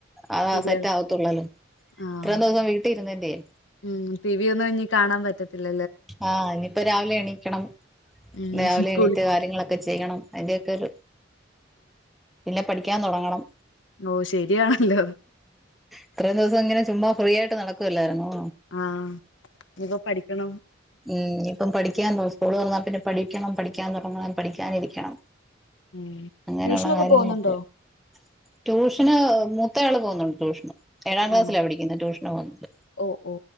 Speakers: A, in the centre; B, on the left (about 70°).
A: അതാ
B: ശെരിയാ
A: സെറ്റ് ആവത്തുള്ളല്ലോ
B: ആഹ്
A: ഇത്രയും ദിവസം വീട്ടിൽ ഇരുന്നതിന്റെയെ
B: മ്മ്ഹ് പിപി ഒന്നും കാണാ പറ്റത്തില്ല
A: ആഹ് ഇനിപ്പ രാവിലെ എണീക്കണം
B: ഉം
A: രാവിലെ എണീറ്റ്
B: കുളി
A: കാര്യങ്ങളെക്കെ ചെയ്യണം അതിന്റെക്കെ ഒരു പിന്നെ പഠിക് ക്കാൻ തൊടങ്ങണം
B: ഓഹ് ശെരിയാണല്ലോ
A: ഇത്രം ദിവസം ഇങ്ങനെ ചുമ്മാ ഫ്രീ ആയിട്ട് നടക്കുവല്ലായിരുന്നോ
B: ആഹ് ഇനിപ്പ പഠിക്കണം
A: ഉംഹ് ഇനിപ്പം പഠിക്കാനു സ്കൂൾ തുറന്നാ പിന്നെ പഠിക്കണം പഠിക്കാൻ തൊടങ്ങണം പഠിക്കാനിരിക്കണം
B: ഉം
A: അങ്ങനൊള്ള
B: ട്യൂഷനൊക്കെ
A: കാര്യങ്ങളൊക്കെയാ
B: പോകുന്നുണ്ടോ
A: ട്യൂഷന് മൂത്ത് ത്തേ ആള് പോന്നോണ്ട് ട്യുഷന് ഏഴാം ക്ലാസ്സിലാ
B: ആണോ
A: പഠിക്ക്ന്നെ ട്യൂഷന് പോകണ്ട്
B: ഓ ഓ